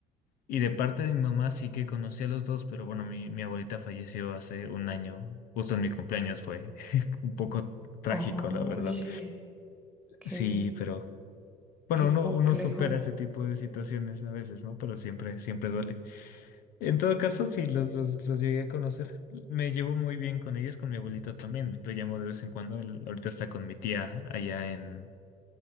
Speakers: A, on the left; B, in the centre.
A: Y de parte de mi mamá sí que conocí a los dos, pero bueno, mi, mi abuelita falleció hace un año, justo en mi cumpleaños, fue <laughs> un poco trágico,
B: Oye,
A: la verdad.
B: qué,
A: Sí, pero bueno,
B: qué
A: uno,
B: complejo.
A: uno supera ese tipo de situaciones a veces, ¿no? Pero siempre, siempre duele. En todo caso, sí, los, los, los llegué a conocer. Me llevo muy bien con ellos, con mi abuelito también. Lo llamo de vez en cuando. Él ahorita está con mi tía allá en,